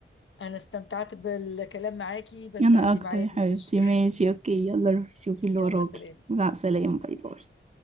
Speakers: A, on the left; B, on the right.
A: انا استمتعت بالكلام معاكي بس
B: انا
A: عندي
B: اكتر
A: ميعاد
B: يا حبيبتي
A: معلش
B: ماشي اوكي يلا روحي شوفي اللي
A: <laughs> يلا
B: وراكي
A: سلام
B: مع السلامة باي باي